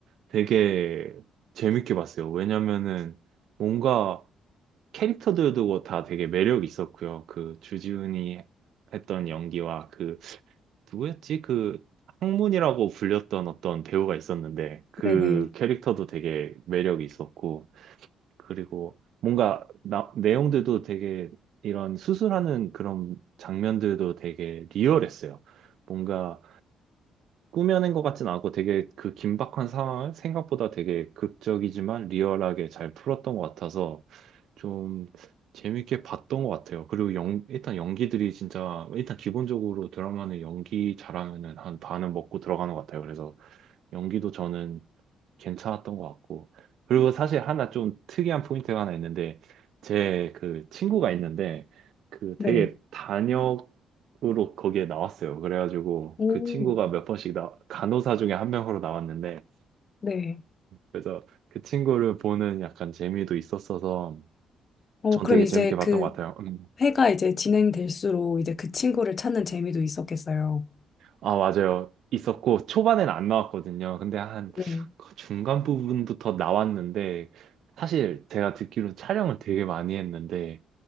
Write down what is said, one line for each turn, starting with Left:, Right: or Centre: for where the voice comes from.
Right: 되게 재밌게 봤어요. 왜냐면은 뭔가 캐릭터들도 뭐 다 되게 매력 있었고요. 그 주지훈이 했던 연기와 그 누구였지? 그 항문이라고 불렸던 어떤 배우가 있었는데 그
Left: 네네.
Right: 캐릭터도 되게 매력이 있었고 그리고 뭔가 나- 내용들도 되게 이런 수술하는 그런 장면들도 되게 리얼했어요. 뭔가 꾸며낸 것 같진 않고 되게 그 긴박한 상황을 생각보다 되게 극적이지만 리얼하게 잘 풀었던 것 같아서 좀 재밌게 봤던 것 같아요. 그리고 연- 일단 연기들이 진짜 일단 기본적으로 드라마는 연기 잘하면은 한 반은 먹고 들어가는 것 같아요. 그래서 연기도 저는 괜찮았던 것 같고. 그리고 사실 하나 좀 특이한 포인트가 하나 있는데, 제 그 친구가 있는데, 그
Left: 네.
Right: 되게 단역으로 거기에 나왔어요. 그래가지고
Left: 오,
Right: 그 친구가 몇 번씩 나, 간호사 중에 한 명으로 나왔는데,
Left: 네.
Right: 그래서 그 친구를 보는 약간 재미도 있었어서,
Left: 어,
Right: 전
Left: 그럼
Right: 되게
Left: 이제
Right: 재밌게 봤던
Left: 그
Right: 것 같아요. 음.
Left: 회가 이제 진행될수록 이제 그 친구를 찾는 재미도 있었겠어요.
Right: 아, 맞아요. 있었고, 초반에는 안 나왔거든요. 근데 한
Left: 네,
Right: 그 중간 부분부터 나왔는데, 사실 제가 듣기로 촬영을 되게 많이 했는데,